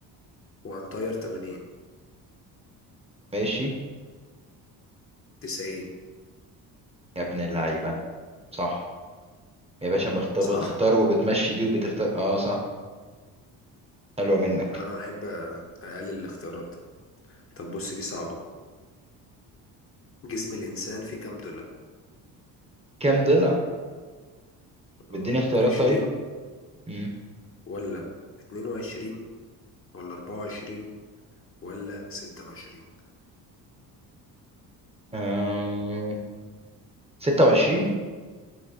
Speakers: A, on the left (about 35°); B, on the right (about 15°).
A: وهنطير 80
B: ماشي
A: 90
B: يا ابن اللعيبه صح يا باشا مختار
A: صح
B: بتختار وبتمشي دي وبتختار اه صح حلوة منك
A: لا لا، انا بحب اقلل الاختيارات طب بص دي صعبة جسم الانسان فيه كام ضلع
B: كام ضلع بديني
A: اه
B: اختيارات
A: 20
B: طيب امم
A: ولا 22 ولا 24 ولا 26
B: آه... 26